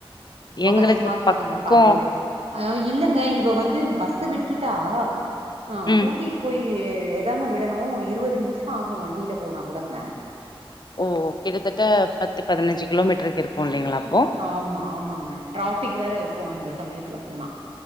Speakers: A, on the right; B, on the left.
A: ரொம்ப
B: எங்களுக்கு
A: கஷ்டமா இருக்குங்க
B: பக்கோ
A: அந்த காலைல ஆ இல்லங்க இவ வந்து பஸ்ஸு விட்டுட்டா ஆ
B: ம்
A: கூட்டிட்டு போய் ஏதாங்க விடணு இருபது நிமிஷம் ஆகும் வண்டியில போனா கூடங்க
B: ஓ கிட்டத்தட்ட பத்து பதினஞ்சு கிலோமீட்டருக்கு இருக்கு இல்லைங்களா
A: ம்
B: அப்போ
A: ஆமா ஆமாங்க டிராபிக் இருக்கு அந்த சமைத்தல் போனா